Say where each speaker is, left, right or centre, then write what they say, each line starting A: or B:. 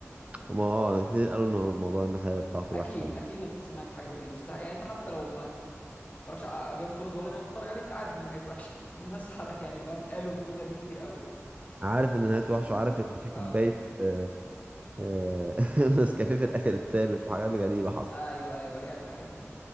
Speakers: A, on the right; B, on the left.
A: ما اه كتير قالوا ان موضوع النهايه بتاعته
B: اكيد
A: وحشه يعني.
B: اكيد سمعت حاجة زي دي مستحيل يعني انت حتى لو ما ت- تتفرجش على جيم اوف ثرونز ولا انا بتتفرج عليه انت عارف ان نهايته وحشة <laughs> الناس حرق يعني فاهم قالوا الجملة دي كتير قوي
A: عارف ان نهايته
B: مم.
A: وحشه وعارف ان في كوبايه
B: اه
A: آه، آه، <laughs> نسكافيه في الاخر اتثابت وحاجات غريبه حصلت
B: ايوه ايوه هي الحاجات دي